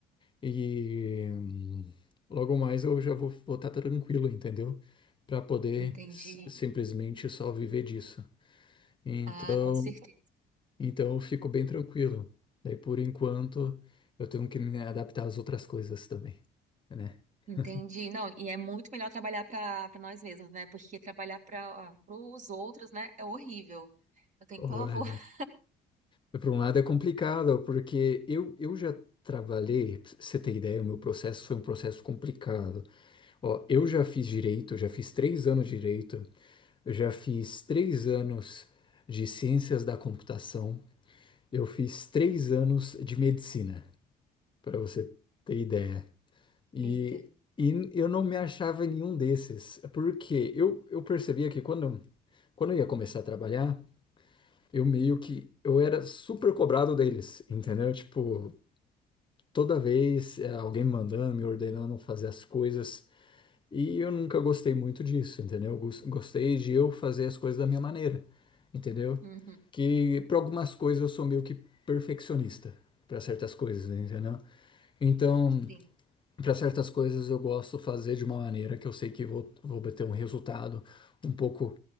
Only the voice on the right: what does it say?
Entendi.
Ah, com certeza.
Entendi.
Não, e é muito melhor trabalhar para para nós mesmos, né? Porque trabalhar para os outros, né, é horrível. Eu tenho
pavor. <laughs>
Eita.
Uhum.
Sim,